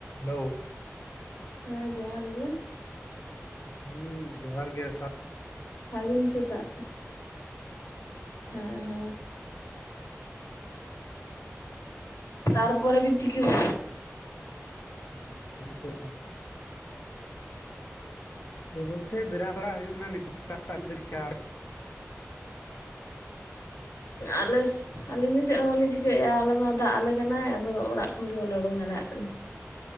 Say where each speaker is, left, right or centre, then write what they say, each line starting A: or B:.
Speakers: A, on the left; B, on the left.
A: Hello.
B: ᱦᱮᱸ ᱡᱚᱦᱟᱨ ᱜᱮ᱾
A: ᱦᱩᱸ ᱡᱚᱦᱟᱨ ᱜᱮ ᱥᱟ
B: ᱥᱟᱜᱩᱱ ᱥᱮᱛᱟᱜ᱾ ᱦᱮᱸ ᱦᱮᱸ᱾ ᱛᱟᱨᱯᱚᱨᱮ ᱵᱤᱱ ᱪᱤᱠᱟᱹ <inaudible>
A: ᱦᱩᱸᱻ <inaudible> ᱦᱮᱸ ᱵᱚᱞᱛᱮ ᱵᱮᱱᱟᱣ ᱵᱟᱲᱟ ᱦᱩᱭᱩᱜ ᱠᱟᱱᱟ ᱱᱤᱛ ᱫᱚ ᱥᱮᱛᱟᱜ ᱥᱮᱛᱟᱜ <inaudible>
B: ᱟᱞᱮ ᱟᱹᱞᱤᱧ ᱦᱚᱸ ᱪᱮᱫ ᱦᱚᱸ ᱵᱟᱞᱤᱧ ᱪᱤᱠᱟᱹᱭᱮᱫᱼᱟ ᱟᱞᱮ ᱢᱟ ᱫᱟᱜ ᱟᱞᱮ ᱠᱟᱱᱟ, ᱟᱫᱚ ᱚᱲᱟᱜ ᱠᱷᱚᱱ ᱜᱮ ᱵᱟᱞᱮ ᱩᱰᱩᱝ ᱫᱟᱲᱮᱭᱟᱜ ᱠᱟᱱᱟ᱾